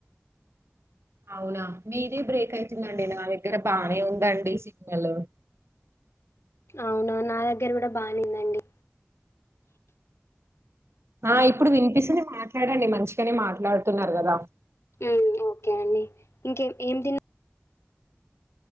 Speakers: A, on the right; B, on the left.
A: అవునా మీది బ్రేక్ అయితుందండి నా దగ్గర బానే ఉందండి సిగ్నల్
B: అవును నా దగ్గర కూడా బాగానేందండి
A: ఆ ఇప్పుడు వినిపిస్తుంది మాట్లాడండి మంచిగానే మాట్లాడుతున్నారు గద
B: ఉ ఓకే అండి ఇంకేం ఏం తిన్న